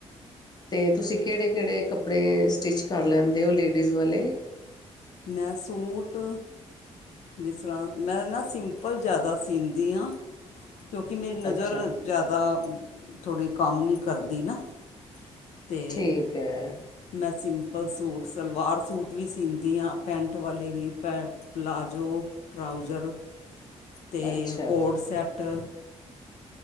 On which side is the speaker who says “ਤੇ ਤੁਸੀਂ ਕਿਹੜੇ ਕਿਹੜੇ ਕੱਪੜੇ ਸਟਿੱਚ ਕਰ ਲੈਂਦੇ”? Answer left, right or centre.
Left